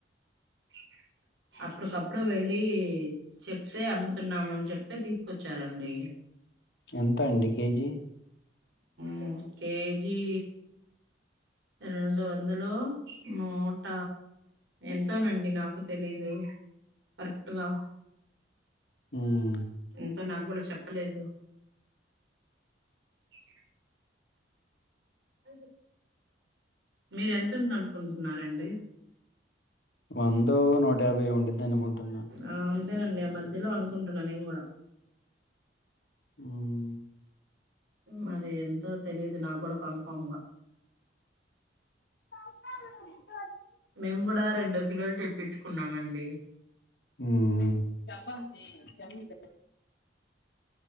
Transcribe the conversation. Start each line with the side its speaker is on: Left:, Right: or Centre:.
Right: <inaudible> అప్పుడికప్పుడు వెళ్ళి చెప్తే అమ్ముతున్నామని చెప్తే తీసుకొచ్చారండి
Left: ఎంత అండి కేజీ
Right: ఆ కేజీ రెండు వందలు నూట ఎంతోనండి నాకు తెలీదు. కరెక్ట్గా
Left: మ్మ్.
Right: ఇంక నాకు కూడా చెప్పలేదు. <inaudible> ఎ మీరు ఎంత ఉందనుకుంటున్నారండి?
Left: వందో నూట యాభైయో ఉండిద్దనుకుంటున్నా
Right: ఆ అంతేనండి ఆ మధ్యలో అనుకుంటున్నా నేం కూడా.
Left: ఉమ్
Right: మరి ఎంతో తెలిదు నా కూడా కన్ఫామ్ గా
Left: <inaudible>
Right: మేము కూడా రెండో కిలోలు తెప్పించుకున్నామండి.
Left: ఉమ్